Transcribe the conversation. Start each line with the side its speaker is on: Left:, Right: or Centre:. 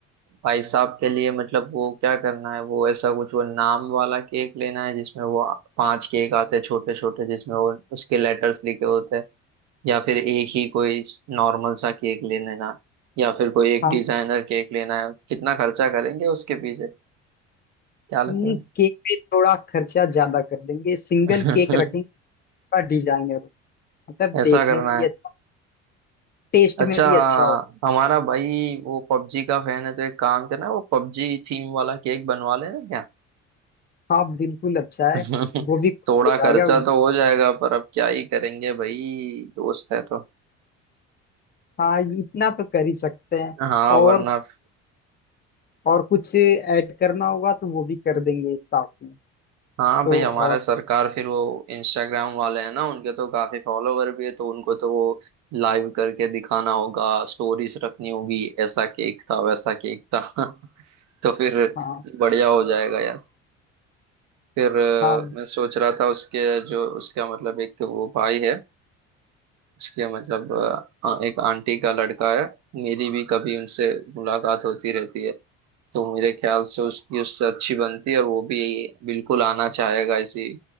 Right: भाई साहब के लिए मतलब वो क्या करना है वो ऐसा कुछ वो नाम वाला केक लेना है जिसमें वो पांच केक आते हैं छोटे छोटे जिसमें वो उसके लेटर्स लिखे होते हैं या फिर एक ही कोई नॉर्मल सा केक ले लेना या फिर कोई एक
Left: हम
Right: डिजाइनर केक लेना है कितना खर्चा करेंगे उसके पीछे क्या लगता
Left: उन केक पे थोड़ा खर्चा ज्यादा कर देंगे सिंगल
Right: है
Left: केक रखेंगे
Right: <laughs>
Left: थोड़ा डिजाइनर हो मतलब
Right: ऐसा
Left: देखने
Right: करना
Left: में भी
Right: है
Left: अच्छा टेस्ट
Right: अच्छा
Left: में भी अच्छा हो
Right: हमारा भाई वो पबजी का फैन है तो एक काम करना वो पबजी थीम वाला केक बनवा लेना क्या
Left: हाँ बिल्कुल अच्छा
Right: <laughs>
Left: है वो भी खुश
Right: थोड़ा
Left: हो जाएगा
Right: खर्चा
Left: उस
Right: तो हो जाएगा पर अब क्या ही करेंगे भाई दोस्त है तो
Left: हाँ ये इतना तो कर ही सकते हैं
Right: हाँ
Left: और
Right: वरना
Left: और कुछ ऐड करना होगा तो वो भी कर देंगे साथ में
Right: हाँ
Left: तो
Right: भाई हमारे
Left: और
Right: सरकार फिर वो इंस्टाग्राम वाले हैं ना उनके तो काफी फॉलोवर भी है तो उनको तो वो लाइव करके दिखाना होगा स्टोरीज रखनी होगी ऐसा केक था वैसा केक था <laughs> तो फिर
Left: हाँ
Right: बढ़िया हो जाएगा यार फिर अ,
Left: हाँ
Right: मैं सोच रहा था उसके जो उसका मतलब एक वो भाई है उसके मतलब अ, एक आंटी का लड़का है मेरी भी कभी उनसे मुलाकात होती रहती है तो मेरे ख्याल से उसकी उससे अच्छी बनती है और वो भी बिल्कुल आना चाहेगा इसी